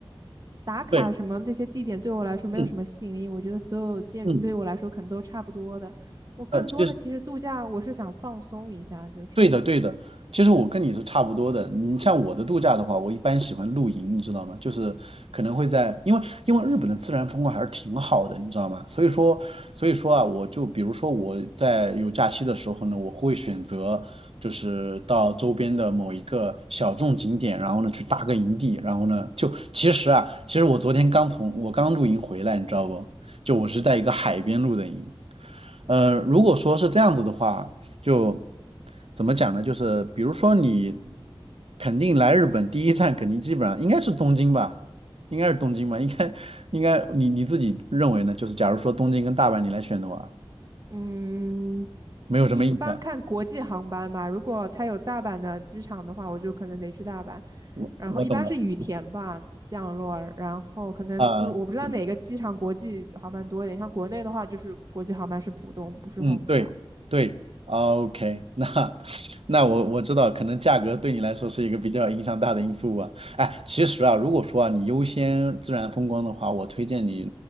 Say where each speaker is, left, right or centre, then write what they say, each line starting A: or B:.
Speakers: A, on the right; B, on the right.
A: 打卡什么这些地点对我来说没有什么吸引力，
B: 对，嗯
A: 我觉得所有建筑对我来说可能都差不多的，
B: 嗯，
A: 我更多的其实度假，
B: 呃，其实。
A: 我是想放松一下，就是
B: 对的，对的。其实我跟你是差不多的。你像我的度假的话，我一般喜欢露营，你知道吗？就是可能会在，因为因为日本的自然风光还是挺好的，你知道吗？所以说，所以说啊，我就比如说我在有假期的时候呢，我会选择就是到周边的某一个小众景点，然后呢去搭个营地，然后呢就其实啊，其实我昨天刚从我刚露营回来，你知道不？就我是在一个海边露的营。
A: 嗯，
B: 呃，如果说是这样子的话。就怎么讲呢？就是比如说你肯定来日本第一站，肯定基本上应该是东京吧，应该是东京吧，应该应该你你自己认为呢？就是假如说东京跟大阪你来选的话，
A: 嗯，
B: 没有什么印象，
A: 一般看国际航班吧。如果它有大阪的机场的话，我就可能得去大阪。
B: 我我懂的
A: 然后一般是羽田吧降落，然后可能不是我不知道哪个机场国际航班多一点，
B: 啊，是的
A: 像国内的话就是国际航班是浦东，不是虹桥。
B: 嗯，对对哦，OK，那 <laughs> 那我我知道，可能价格对你来说是一个比较影响大的因素吧。哎，其实啊，如果说啊你优先自然风光的话，我推荐你